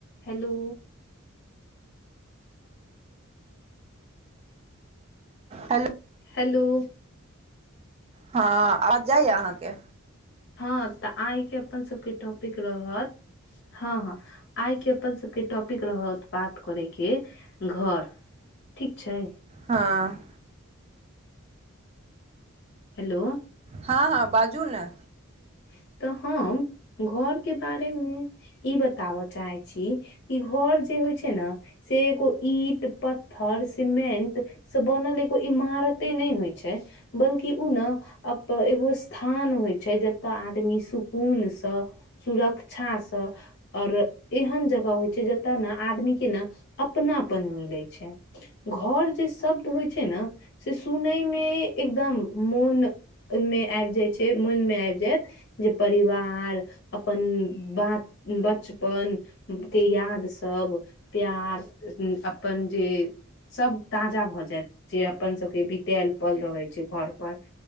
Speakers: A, on the left (about 55°); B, on the right (about 30°).
A: hello
B: hello
A: hello
B: हँ आवाज जाइय अहाँके
A: हँ तऽ आइ के अपन सबके टॉपिक रहत हँ हँ आइ के अपन सब सब के टॉपिक रहत बात करे के घर ठीक छै
B: हँ
A: हेलो
B: हँ हँ बाजू ने
A: ह तऽ हम घर के बारे मे ई बताबऽ चाहे छी कि घर जे होइ छै ने से एगो ईट पत्थर सीमेंट से बनल एगो इमारत ते नहि होइ छै बल्कि उ न एगो स्थान होइ छै ज त आदमी सुकून स सुरक्षास और एहन जगह होइ छै जतऽ ने आदमी के ने अपनापन मिलै छै घर जे शब्द होइ छै ने सुनै मे एकदम मन मे आबि जाइ छै मन मे आबि परिवार अपन बचपन के याद ाद सब प्यार अपन जे सब ताजा भऽ जायत जे अपन सबके बितए पल रहै छै घर पर